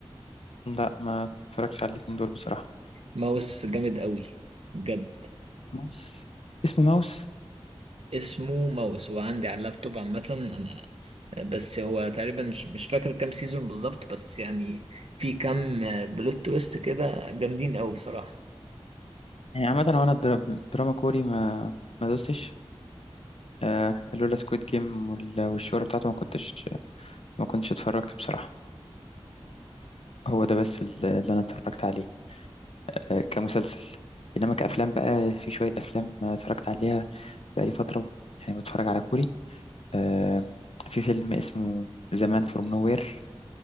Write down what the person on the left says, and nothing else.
لا ما اتفرجش على الاتنين دول بصراحه
ماوس اسمه ماوس
يعني عامة هو أنا الدرا- دراما كوري ما ما دوستش آه لولا سكويد جيم والشهرة بتاعته ما كنتش ما كنتش اتفرجت بصراحة هو ده بس ال- اللي أنا اتفرجت عليه آه كمسلسل إنما كأفلام بقى في شوية أفلام آه، اتفرجت عليها بقالي فترة يعني بتفرج على كوري آه في فيلم اسمه زمان فروم نوير